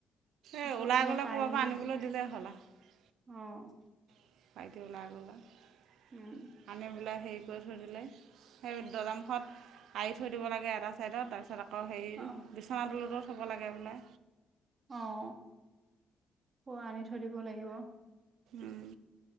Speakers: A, on the right (about 85°); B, on the right (about 40°).
A: এই
B: ওচৰত
A: ওলাই
B: কৰ'বাত
A: গ'লে
B: পাই
A: ক'ৰবাৰ
B: নেকি
A: পৰা আনিবলৈ দিলেই হ'ল আৰু।
B: অ'।
A: <unintelligible> আনি পেলাই
B: উম
A: হেৰি কৰি থৈ দিলে সেই দৰ্জা মুখত আৰি থৈ দিব লাগে এটা ছাইডত তাৰপিছত আকৌ হেৰি
B: অ
A: বিচনা দলতো চ'ব লাগে বোলে।
B: অ', পুৰা আনি থৈ দিব লাগিব।
A: উম,